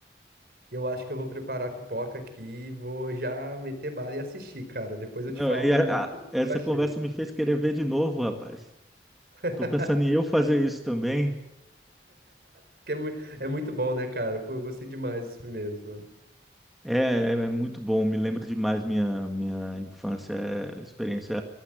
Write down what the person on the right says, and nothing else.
eu acho que eu vou preparar a pipoca aqui e vou já meter bala e assistir, cara. Depois eu
te falo
o que
eu achei.
<laughs>
Porque é, mu- é muito bom, né, cara? Pô, eu gostei demais dos primeiros, mano.